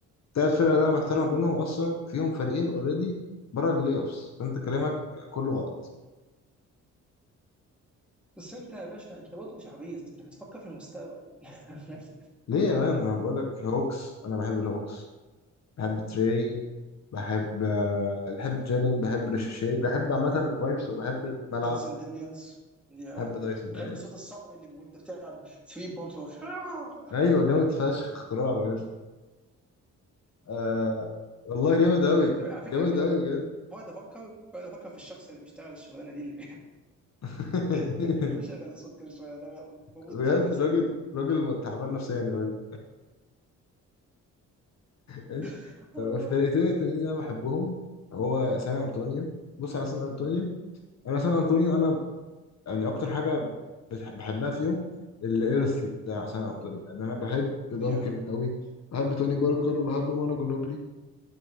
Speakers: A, on the left; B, in the centre.
A: تلات فرق اللي انا محتار ما بينهم اصلا فيهم فريقين اوريدي بره البلاي اوفس فانت كلامك كله غلط
B: بس انت يا باشا انت برضه مش عبيط انت بتفكر في المستقبل <laughs>
A: ليه يا مان انا بقول لك الهوكس انا بحب الهوكس بحب تري بحب آه، بحب جالن بحب ريشيشي بحب عامة الفايبس وبحب الملعب
B: دانسن دانيالز يا
A: بحب دايسون دانيلز
B: تحب صوت الصقر اللي وانت بتلعب 3 بومب <laughs>
A: أيوة جامد فشخ اختراع بجد آه والله جامد أوي
B: على فكره
A: جامد أوي بجد
B: بقعد افكر بقعد افكر في الشخص اللي بيشتغل الشغلانه دي اللي
A: <laughs>
B: <laughs> اللي بيشغل الصوت كل شويه انا بموت
A: بجد
B: ضحك ساعتها
A: راجل راجل تعبان نفسيا غالبا ماشي
B: <laughs>
A: طب
B: آه.
A: الفرقتين التانيين اللي أنا بحبهم هو سان أنطونيو بص على سان أنطونيو أنا سان أنطونيو أنا يعني اكتر حاجه بتح- بحبها فيهم الارث بتاع سان انطونيو يعني انا بحب دانكن
B: يا
A: قوي بحب توني باركر وبحب مانو جنوبلي